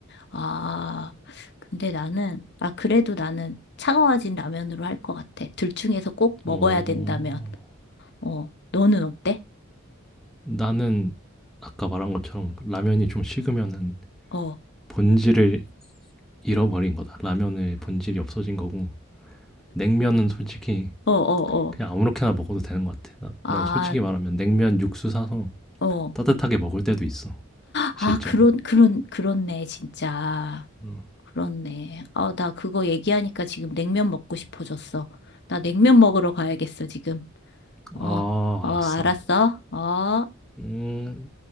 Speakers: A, on the left; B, in the centre.
A: 아, 근데 나는, 아, 그래도 나는 차가워진 라면으로 할 것 같아. 둘 중에서 꼭 먹어야
B: 어.
A: 된다면. 어, 너는 어때?
B: 나는 아까 말한 것처럼 라면이 좀 식으면은
A: 어, 어,
B: 본질을 잃어버린 거다. 라면의 본질이 없어진 거고 냉면은 솔직히
A: 어, 어.
B: 그냥 아무렇게나 먹어도 되는 것 같아. 나,
A: 아,
B: 난 솔직히 말하면 냉면 육수 사서
A: 어.
B: 따뜻하게 먹을 때도 있어.
A: 아,
B: 실제로.
A: 그런, 그런, 그렇네, 진짜.
B: 응.
A: 그렇네. 아, 나 그거 얘기하니까 지금 냉면 먹고 싶어졌어. 나 냉면 먹으러 가야겠어, 지금.
B: 아,
A: 어, 어,
B: 알았어.
A: 알았어. 어.
B: 음,